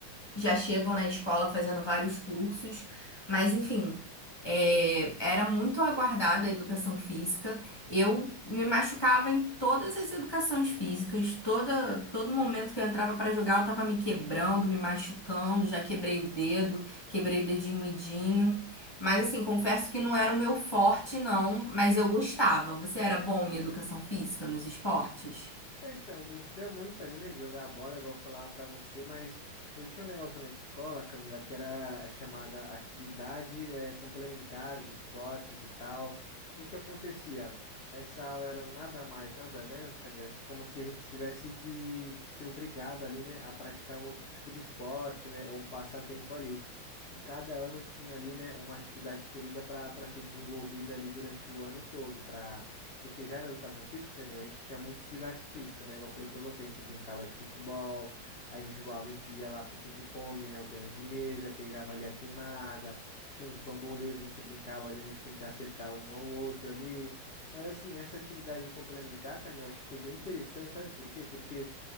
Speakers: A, on the left; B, on the left.
A: já chegam na escola fazendo vários cursos, mas enfim, é, era muito aguardada a educação física. Eu me machucava em todas as educações físicas, toda, todo momento que eu entrava para jogar, eu estava me quebrando, me machucando, já quebrei o dedo, quebrei o dedinho midinho. Mas assim, confesso que não era o meu forte, não, mas eu gostava. Você era bom em educação física nos esportes?
B: É, então, eu curtia muito ali, né, de jogar a bola, igual eu falava pra você, mas eu tinha um negócio na escola, Camila, que era é, chamada atividade é, complementar de esportes e tal. E o que acontecia? Essa aula era nada mais, nada menos, Camila, que como se a gente tivesse que, que ser obrigado ali, né, a praticar um outro tipo de esporte, né, ou um passatempo ali. E cada ano tinha ali, né, uma atividade escolhida para para ser desenvolvida ali durante o ano todo, para porque já na educação física, Camila, a gente tinha muito desgaste físico, né? Igual eu falei pra você, a gente brincava de futebol, aí enjoava, a gente ia lá pro ping-pong, né? O tênis de mesa, pegava ali a queimada, tinha uns bambolês, a gente brincava ali, a gente tentar acertar um ao outro ali. Mas assim, essa atividade complementar, Camila, acho que foi bem interessante, sabe por quê? Porque